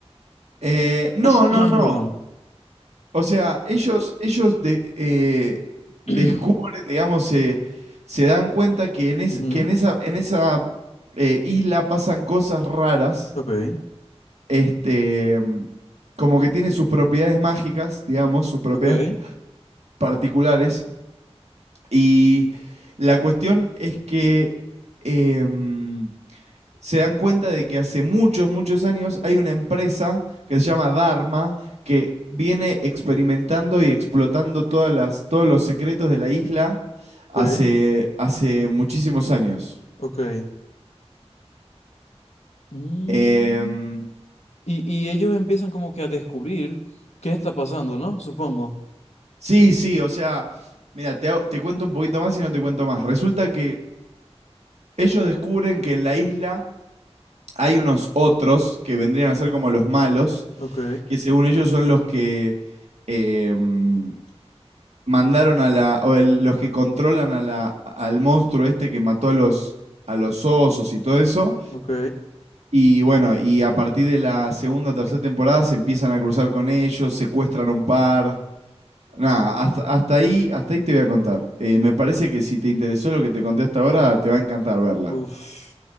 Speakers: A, on the right; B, on the left.
A: Eh, no,
B: <clears throat>
A: no, no.
B: Perdón.
A: O sea, ellos, ellos de- eh, descubren,
B: <clears throat>
A: digamos, se, se dan cuenta que en, es-
B: Ujú,
A: que en esa, en esa eh, isla pasan cosas raras,
B: Ok,
A: este, mm, como que tiene sus propiedades mágicas, digamos, sus propiedades
B: ok,
A: particulares. Y la cuestión es que em, se dan cuenta de que hace muchos, muchos años hay una empresa que se llama Dharma, que viene experimentando y explotando todas las, todos los secretos de la isla hace,
B: ok,
A: hace muchísimos años.
B: ok. Mm,
A: Em,
B: Y, y ellos empiezan como que a descubrir qué está pasando, ¿no? Supongo.
A: sí, sí, o sea, mira, te, hago- te cuento un poquito más y no te cuento más. Resulta que ellos descubren que en la isla hay unos otros que vendrían a ser como los malos,
B: Ok.
A: que según ellos son los que em, mandaron a la, o el- los que controlan a la, al monstruo este que mató a los, a los osos y todo eso.
B: Ok.
A: Y bueno, y a partir de la segunda o tercera temporada se empiezan a cruzar con ellos, secuestran a un par. Nada, hasta, hasta ahí, hasta ahí te voy a contar. Eh, me parece que si te interesó lo que te conté hasta ahora, te va a encantar verla.
B: Uf.